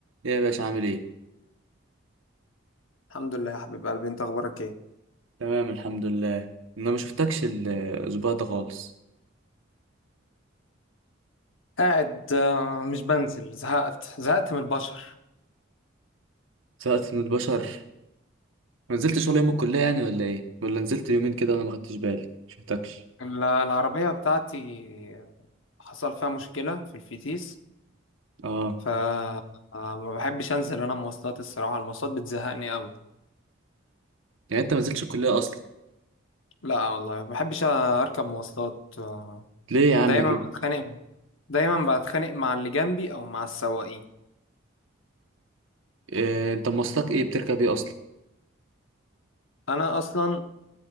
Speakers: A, on the right; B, on the left.
A: ايه يا باشا عامل ايه؟
B: الحمد لله يا حبيب قلبي انت اخبارك ايه
A: تمام الحمد لله انا ما شفتكش الاسبوع ده خالص
B: قاعد آه، مش بنزل زهقت زهقت من البشر
A: سقطت من البشر ما نزلتش ولا يوم الكلية يعني ولا ايه؟ ولا نزلت يومين كده انا ما خدتش بالي ما شفتكش
B: ال- العربية بتاعتي حصل فيها مشكلة في الفتيس
A: اه
B: فما بحبش انزل انا مواصلات الصراحة المواصلات بتزهقني قوي
A: يعني انت ما نزلتش الكلية اصلا
B: لا والله ما بحبش اركب مواصلات آه،
A: ليه يا عم
B: دايما
A: كده؟
B: بتخانق دايما بتخانق مع اللي جنبي او مع السواقين
A: إيه انت مواصلات ايه بتركب ايه اصلا؟
B: انا اصلا